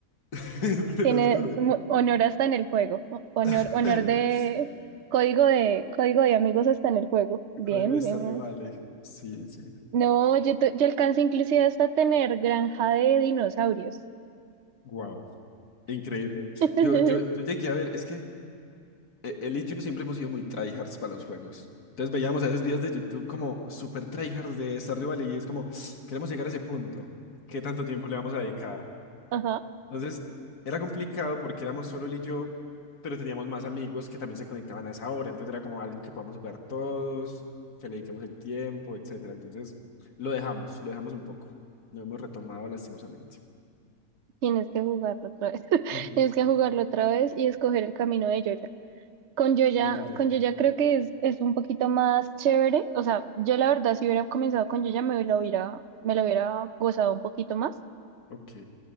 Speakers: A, on the left; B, on the right.
A: <laughs> entre
B: Tiene
A: los dos.
B: mu- honor hasta en el juego. O- Honor,
A: <laughs>
B: honor de código de
A: Sí,
B: código de amigos hasta en el juego. Bien,
A: Código de Stardew
B: bien, bien.
A: Valley. Sí, sí.
B: No, yo, tu- yo alcancé inclusive hasta tener granja de dinosaurios.
A: Wow. Increíble.
B: <laughs>
A: Yo, yo, yo llegué a ver, es que eh, él y yo siempre hemos sido muy tryhards para los juegos. Entonces veíamos a veces videos de YouTube como super tryhards de Stardew Valley y es como, <sniffs> queremos llegar a ese punto. ¿Qué tanto tiempo le vamos a dedicar?
B: Ajá,
A: Entonces, era complicado porque éramos solo él y yo, pero teníamos más amigos que también se conectaban a esa hora. Entonces era como algo que podamos jugar todos, que le dediquemos el tiempo, etcétera. Entonces, lo dejamos, lo dejamos un poco. Lo hemos retomado lastimosamente.
B: tienes que jugarlo otra vez. <laughs>
A: Ujú,
B: Tienes que jugarlo otra vez y escoger el camino de Yoya. Con Yoya,
A: Ya, ya, ya.
B: con Yoya creo que es, es un poquito más chévere. O sea, yo la verdad, si hubiera comenzado con Yoya, me lo hubiera, me lo hubiera gozado un poquito más.
A: Ok,